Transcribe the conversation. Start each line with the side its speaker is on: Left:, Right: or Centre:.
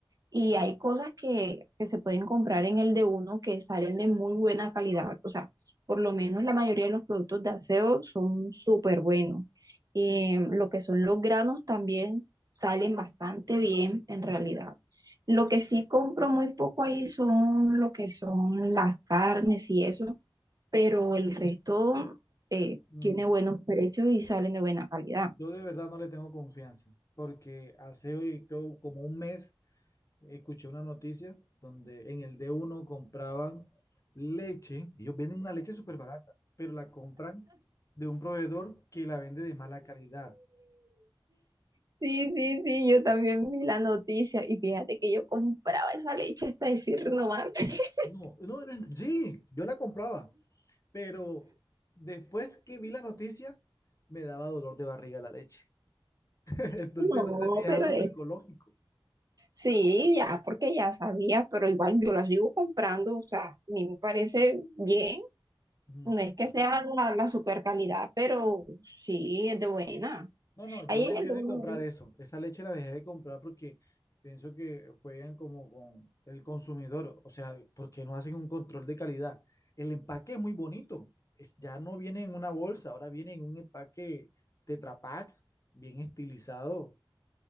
Right: Y hay cosas que, que se pueden comprar en el de uno que salen de muy buena calidad. O sea, por lo menos la mayoría de los productos de aseo son súper buenos. Eh, lo que son los granos también salen bastante bien en realidad. Lo que sí compro muy poco ahí son lo que son las carnes y eso, pero el resto eh,
Left: mm,
Right: tiene buenos precios y salen de buena calidad.
Left: yo de verdad no le tengo confianza, porque hace hoy co- como un mes escuché una noticia donde en el d uno compraban leche, ellos venden una leche súper barata, pero la compran de un proveedor que la vende de mala calidad.
Right: Sí, sí, sí, yo también vi la noticia y fíjate que yo compraba esa leche hasta decir no más. <laughs>
Left: No, no, no, sí, yo la compraba, pero después que vi la noticia, me daba dolor de barriga la leche. <laughs> Entonces
Right: No,
Left: no sé si es
Right: pero
Left: algo psicológico.
Right: es, Sí, ya, porque ya sabía, pero igual yo la sigo comprando, o sea, a mí me parece bien,
Left: No.
Right: no es que sea la, la super calidad, pero sí es de buena.
Left: No, no,
Right: Ahí
Left: yo dejé
Right: en el de
Left: de
Right: uno,
Left: comprar eso. Esa leche la dejé de comprar porque pienso que juegan como con el consumidor. O sea, porque no hacen un control de calidad. El empaque es muy bonito. es- ya no viene en una bolsa, ahora viene en un empaque Tetra Pak, bien estilizado.